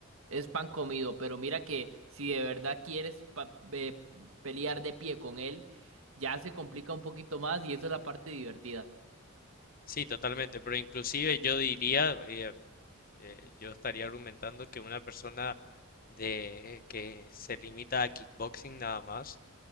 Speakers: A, on the right; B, on the left.
A: es pan comido, pero mira que si de verdad quieres pa- eh, pelear de pie con él, ya se complica un poquito más y eso es la parte divertida.
B: Sí, totalmente, pero inclusive yo diría, eh, eh, yo estaría argumentando que una persona de que se limita a kickboxing nada más,